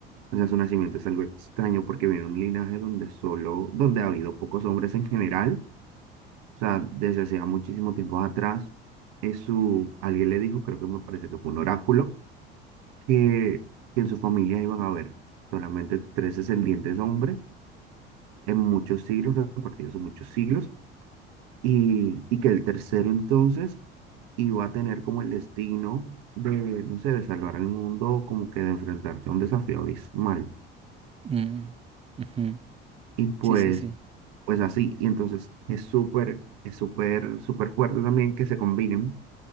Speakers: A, on the right; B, on the right.
A: o sea, su nacimiento es algo extraño porque viene de un linaje donde solo, donde ha habido pocos hombres en general, o sea, desde hacía muchísimo tiempo atrás, es su, alguien le dijo, creo que me parece que fue un oráculo, que, que en su familia iban a haber solamente tres descendientes hombres en muchos siglos, repartidos en muchos siglos, y, y que el tercero entonces iba a tener como el destino de, no sé, de salvar al mundo, como que de enfrentarse a un desafío abismal.
B: Mm, ujú.
A: Y pues,
B: Sí, sí, sí.
A: pues así, y entonces es súper, es súper, súper fuerte también que se combinen,